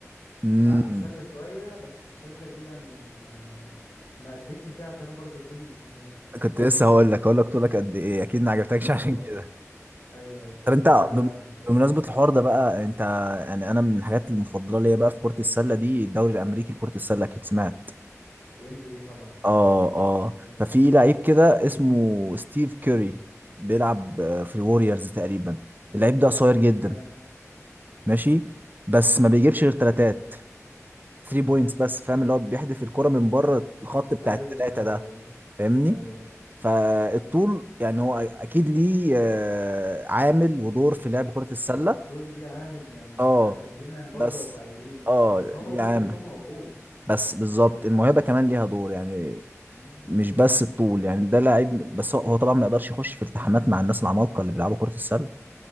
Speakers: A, on the right (about 35°); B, on the left (about 70°).
A: امم
B: ولعبت سلة شوية بس السلة دي يعني ما ما ما أديتش فيها عشان انا برضو طولي مش مناسب فاهم
A: كنت لسه هقول لك هقول لك طولك قد ايه اكيد ما عجبتكش <laughs> عشان
B: اه
A: كده
B: ايوه بت-
A: طب انت
B: عالية
A: بم-
B: اوي البتاع
A: بمناسبة الحوار ده بقى انت يعني انا من الحاجات المفضلة ليا بقى في كرة السلة دي الدوري الامريكي لكرة السلة اكيد سمعت
B: ال NBA طبعا سمعت
A: اه
B: عنه
A: اه
B: جامد
A: ففي لعيب كده اسمه ستيف كيري بيلعب آه، في الوريورز تقريبا اللعيب ده قصير جدا
B: تمام
A: ماشي بس ما بيجيبش غير تلاتات 3 بوينتس بس فاهم اللي هو بيحدف الكرة من بره الخط بتاع
B: ايوه
A: الثلاثة
B: ايوه
A: ده
B: ايوه
A: فاهمني
B: ايوه
A: فالطول يعني هو اكيد ليه آه، عامل ودور في لعب كرة السلة
B: هو الطول ليه عامل يعني مش
A: اه
B: ه- خلينا
A: بس
B: برضه واقعيين
A: اه
B: فاهم بس هو
A: ليه
B: ممكن
A: عامل
B: يكون موهوب
A: بس بالظبط الموهبة كمان ليها دور يعني
B: مم.
A: مش بس الطول يعني ده لعيب بس هو هو طبعا ما يقدرش يخش في التحامات مع الناس العمالقة اللي بيلعبوا كرة السلة